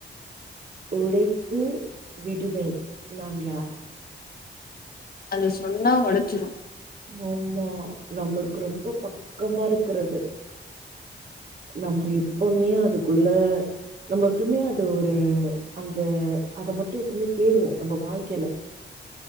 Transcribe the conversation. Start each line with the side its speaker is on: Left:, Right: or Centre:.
Right: உடைத்து விடுவேன் நான் யார்
Left: அது சொன்னா ஒடச்சிரு
Right: ஆமா நம்மளுக்கு ரொம்ப பக்கமாருக்குறது நம்ப எப்பமே அதுக்குள்ள நம்ம எப்பமே அது ஒரு அந்த அத மட்டு‌ எப்பவ்மே தேடுவோ நம்ம வாழ்க்கைல